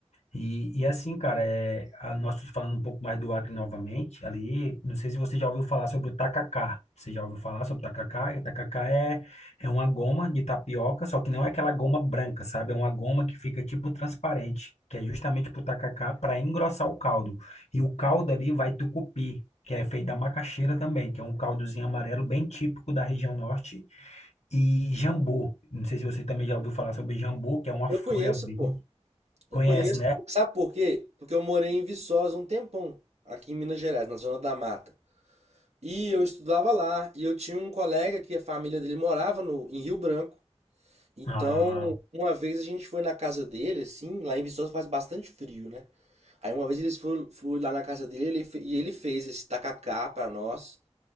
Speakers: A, on the left; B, on the right.
A: E, e assim, cara, é, a, nós falando um pouco mais do Acre novamente, ali, não sei se você já ouviu falar sobre o tacacá. Você já ouviu falar sobre o tacacá? E O tacacá é, é uma goma de tapioca, só que não é aquela goma branca, sabe? É uma goma que fica tipo transparente, que é justamente pro tacacá para engrossar o caldo. E o caldo ali vai tucupi, que é feito da macaxeira também, que é um caldozinho amarelo bem típico da região norte. E jambu, não sei se você também já ouviu falar sobre jambu, que é uma
B: eu
A: folha
B: conheço,
A: verde.
B: pô. Eu
A: Conhece,
B: conheço,
A: né?
B: sabe por quê? Porque eu morei em Viçosa um tempão, aqui em Minas Gerais, na zona da mata. E eu estudava lá, e eu tinha um colega que a família dele morava no, em Rio Branco. Então,
A: Ah,
B: uma vez a gente foi na casa dele, assim, lá em Viçosa faz bastante frio, né? Aí uma vez eles foram, fui lá na casa dele ele fe- e ele fez esse tacacá pra nós.